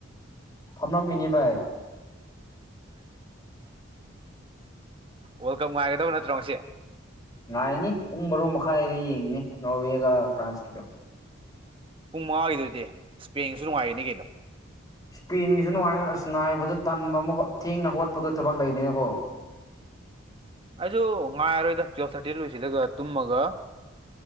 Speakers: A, on the left; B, on the right.
A: ꯐꯝꯃꯝ ꯃꯤꯅꯤ ꯚꯥꯢ
B: ꯋꯥꯔꯜ ꯀꯞ ꯉꯥꯏꯒꯗꯕ ꯅꯠꯇ꯭ꯔꯣ ꯉꯁꯤ
A: ꯉꯥꯏꯅꯤ ꯄꯨꯡ ꯕꯥꯔꯣ ꯃꯈꯥꯏꯗ ꯌꯦꯡꯅꯤ ꯅꯣꯔꯋꯦꯒ ꯐ꯭ꯔꯥꯟꯁ ꯀꯤꯗꯣ
B: ꯄꯨꯡ ꯃꯉꯥꯒꯤꯗꯨꯗꯤ ꯏꯁ꯭ꯄꯦꯟꯁꯨ ꯅꯨꯡꯉꯥꯏꯒꯅꯤ ꯀꯩꯅꯣ
A: ꯏꯁꯄꯦꯟꯒꯤꯁꯨ ꯅꯨꯡꯉꯥꯏ ꯑꯣ ꯉꯥꯏꯕꯗ ꯇꯥꯟꯕ ꯑꯃꯨꯛꯀ ꯊꯦꯡꯅ ꯍꯧꯒꯠꯄꯗꯣ ꯊꯕꯛ ꯂꯩꯕꯅꯤꯅꯀꯣ <unintelligible>
B: ꯑꯩꯁꯨ ꯉꯥꯏꯔꯔꯣꯏꯗ ꯇꯨꯋꯦꯜꯐ ꯊꯥꯔꯇꯤꯗ ꯂꯣꯏꯁꯤꯂꯒ ꯇꯨꯝꯃꯒ